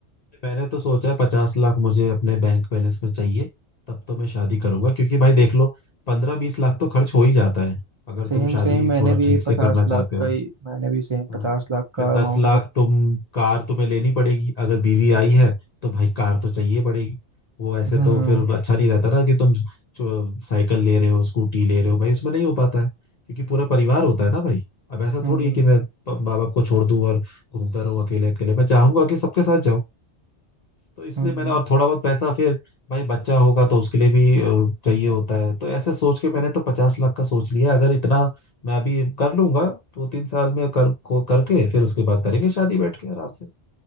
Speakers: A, on the left; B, on the right.
A: मैंने तो सोचा पचास लाख मुझे अपने बैंक बैलेंस में चाहिए तब तो मैं शादी करूंगा क्योंकि भाई देख लो पंद्रह बीस लाख तो खर्च हो ही जाता है अगर
B: सेम
A: तुम शादी
B: सेम मैंने
A: थोड़ा
B: भी
A: ठीक से
B: पचास
A: करना चाहते
B: लाख
A: हो
B: का ही मैंने भी सेम
A: हाँ
B: पचास लाख का
A: फिर
B: अमाउंट
A: दस लाख
B: का
A: तुम कार तुम्हें लेनी पड़ेगी अगर बीवी आई है तो भाई कार तो चाहिए पड़ेगी वो ऐसे
B: हम्म
A: तो फिर अच्छा नहीं रहता ना कि तुम जो साइकिल ले रहे हो स्कूटी ले रहे हो भाई उसमें नहीं हो पाता है क्योंकि पूरा परिवार होता है ना भाई अब ऐसा
B: हम्म
A: थोड़ी है कि मैं माँ बाप को छोड़ दूं और घूमता रहूं अकेले अकेले मैं चाहूंगा कि सबके साथ तो इसलिए
B: हम्म
A: मैंने और थोड़ा बहुत पैसा फिर भाई बच्चा होगा तो उसके लिए भी अ, चाहिए होता है तो ऐसे सोच के मैंने तो पचास लाख का सोच लिया अगर इतना मैं अभी कर लूंगा दो तीन साल में कर को करके फिर उसके बाद करेंगे शादी बैठ के आराम से